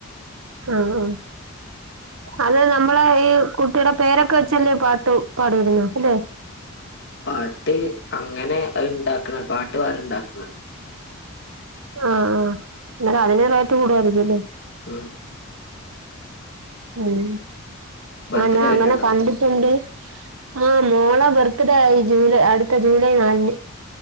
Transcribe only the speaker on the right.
ആ ആ അത് നമ്മടെ ഈ കുട്ടിയുടെ പേരൊക്കെ വെച്ചല്ലേ പാട്ടു പാടിയിടുന്നത് അല്ലേ
ആ ആ എന്നാല് അതിന് റേറ്റ് കൂടുവാരിക്കും അല്ലേ
ഉം
ആ ഞാൻ അങ്ങനെ
കണ്ടിട്ടുണ്ട് ആ മോൾടെ ബർത്ത്ഡേ ആയി ജൂലൈ അടുത്ത ജൂലൈ നാലിന്